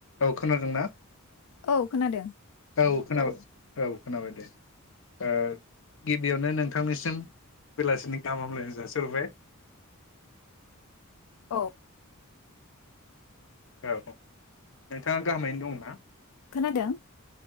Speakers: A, on the left; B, on the left.
A: औ खोनादोंना
B: औ खोनादों
A: औ खोनाबाय औ खोनाबाय दे ओ गिबियावनो नोंथांनिसिम बेलासिनि गाहाम हामलायनाय जासिहरबाय।
B: औ
A: औ नोंथाङा गाहामैनो दंना।
B: खोनादों